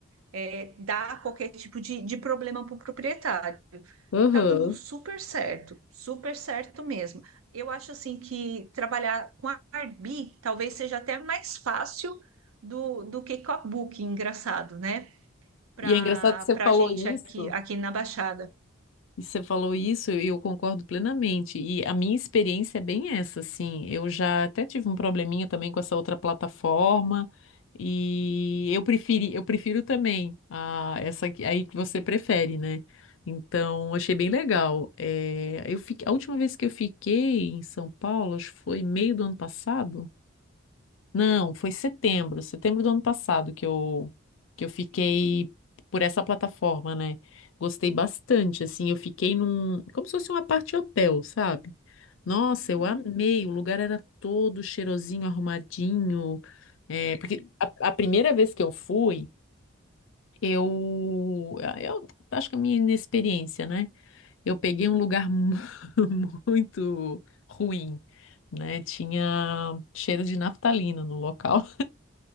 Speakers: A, on the right; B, on the left.
A: é, dar qualquer tipo de, de problema para o proprietário.
B: Uhum.
A: Tá dando super certo, super certo mesmo. Eu acho assim que trabalhar com a Arbi talvez seja até mais fácil do, do que com a Booking, engraçado, né? Para
B: E é engraçado que você
A: para
B: falou
A: gente aqui
B: isso.
A: aqui na Baixada.
B: E você falou isso e eu concordo plenamente. E a minha experiência é bem essa, assim. Eu já até tive um probleminha também com essa outra plataforma e eu preferi, eu prefiro também a essa que- aí que você prefere, né? Então, achei bem legal. É, eu fiquei, a última vez que eu fiquei em São Paulo, acho que foi meio do ano passado. Não, foi setembro, setembro do ano passado que eu que eu fiquei
A: Sim.
B: por essa plataforma, né? Gostei bastante, assim, eu fiquei num, como se fosse uma parte hotel, sabe? Nossa,
A: Uhum.
B: eu amei, o lugar era todo cheirosinho, arrumadinho, é, porque a, a primeira vez que eu fui, eu, eu acho que é a minha inexperiência, né? Eu peguei um lugar mu- <laughs> muito ruim, né? Tinha cheiro de naftalina no local.